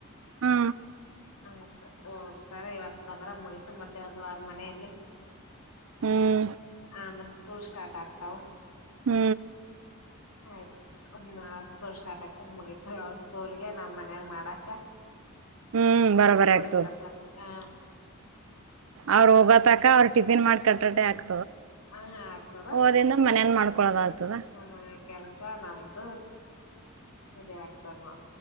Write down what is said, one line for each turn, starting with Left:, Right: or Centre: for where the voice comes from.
Right: ಹ್ಮ
Left: ಆಯ್ತು ಹೋಗ್ತಾರೆ ಇವತ್ತು ಬಂದ್ರ ಮುಗೀತ್ತು ಮತ್ತೆ ಒಂದ್ ವಾರ ಮನೆಯಲ್ಲಿ
Right: ಹ್ಮ್
Left: ಹ ಮಾ ಸ್ಕೂಲ್ ಸ್ಟಾರ್ಟ್ ಆಗ್ತಾವ
Right: ಹ್ಮ್
Left: ಆಯ್ತು ಸ್ಕೂಲ್ ಸ್ಟಾರ್ಟ್ ಆಯಿತು ಮುಗೀತು ಸ್ಕೂಲ್ಗೆ ನಾವು ಮನೇಯಾಗ ಮಾಡಾಕ
Right: ಹ್ಮ್ ಬರಬರ
Left: ಸರಿ ಹೋಗ್ಬಿಡತ್ತ
Right: ಆಗ್ತದೆ
Left: ಹ
Right: ಅವ್ರ ಹೋಗತಕ
Left: ಅ
Right: ಅವರು ಟಿಫಿನ್ ಮಾಬೇಕ್. ಕಟ್ಟಟ ಆಕ್
Left: ಹ ಆಗ್ತದ
Right: ಹೋದಿಂದ ಮನೇಲಿ ಮಾಡಬೇಕು ಕ್ಕೊಳದ ಆಗ್ತಾದ್
Left: ಮನೆ ಕೆಲ್ಸ ನಮ್ದು ಅದೇ ಆಗ್ತದ ನೋಡ